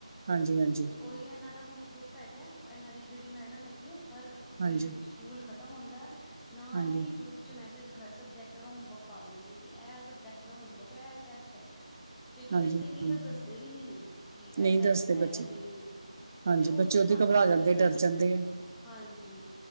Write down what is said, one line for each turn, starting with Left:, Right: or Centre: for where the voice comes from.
Right: ਹਾਂਜੀ
Centre: ਤੇ ਉਹੀ ਇਹਨਾਂ ਦਾ ਹੁਣ ਗਰੁੱਪ ਹੈਗਾ, ਇਹਨਾਂ ਦੀ ਜਿਹੜੀ ਮੈਡਮ ਹੈਗੀ ਹੈ ਹਰ ਜਿਵੇਂ
Right: ਹਾਂਜੀ
Centre: ਸਕੂਲ ਖਤਮ ਹੁੰਦਾ। ਨਾਲੀ
Right: ਹਾਂਜੀ
Centre: ਗਰੁੱਪ ਚ ਮੈ ਹਰ ਸਬਜੈਕਟ ਦਾ ਹੋਮਵਰਕ ਪਾ ਦਿੰਦੇ ਹੈ, ਕਿ ਇਹ ਸਬਜੈਕਟ ਦਾ ਹੋਮਵਰਕ ਹੈ ਇਹ ਟੈਸਟ ਹੈਗਾ। ਕਿਉਂਕਿ
Right: ਹਾਂਜੀ
Centre: ਬੱਚੇ
Right: ਹਾਂਜੀ
Centre: ਕਈ
Right: ਹਾਂ,
Centre: ਵਾਰ ਦੱਸਦੇ ਵੀ ਨੀ ਨੇ ਕਿ
Right: ਨਹੀਂ
Centre: ਇਹ ਟੈਸਟ
Right: ਦੱਸਦੇ
Centre: ਹੈ,
Right: ਬੱਚੇ
Centre: ਜਾਂ ਨਹੀਂ ਹੈ।
Right: ਹਾਂਜੀ
Centre: ਤੇ
Right: ਬੱਚੇ
Centre: ਉੱਧਰ
Right: ਉਹਦੀ
Centre: ਸਾਨੂੰ
Right: ਘਬਰਾ
Centre: ਪਤਾ
Right: ਜਾਂਦੇ
Centre: ਵੀ ਚੱਲ
Right: ਡਰ
Centre: ਜਾਂਦਾ,
Right: ਜਾਂਦੇ ਆ
Centre: ਹਾਂਜੀ।